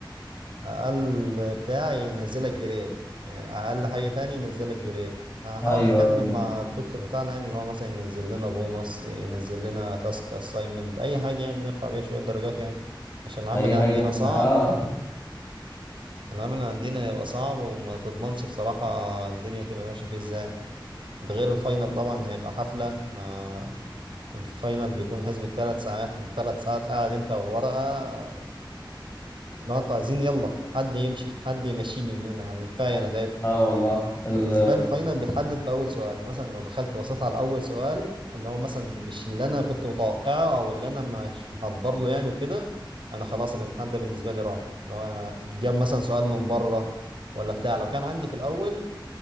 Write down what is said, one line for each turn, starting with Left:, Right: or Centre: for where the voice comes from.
Right: اقل بتاعي ينزلك جريد اقل حاجه تاني ينزلك جريد هحاول
Left: ايوه
Right: اتكلم
Left: ايوه ما
Right: مع الدكتور بتاعنا يعني اللي هو مثلا ينزل لنا بونص ينزل لنا تاسك اساينمنت اي حاجه يعني نرفع بيها شويه درجات يعني عشان العمل
Left: اي
Right: عندنا
Left: حاجه احنا
Right: صعب
Left: اه
Right: العمل عندنا هيبقى صعب وما تضمنش بصراحه الدنيا هتبقى ماشيه فيه ازاي ده غير الفاينل طبعا هيبقى حفله ما الفاينل بيكون حسب الثلاث ساعات الثلاث ساعات قاعد انت والورقه لو انتوا عايزين يلا حد يمشي حد يمشيني من هنا يعني كفايه انا تعبت
Left: اه والله ال...
Right: وبالنسبة لي الفاينل بيتحدد بأول سؤال يعني مثلا لو دخلت بصيت على أول سؤال اللي هو مثلا مش اللي أنا كنت متوقعه أو اللي أنا مش محضر له يعني وكده أنا خلاص الامتحان ده بالنسبة لي راح اللي هو جاب مثلا سؤال من بره ولا بتاع لو كان عندي في الأول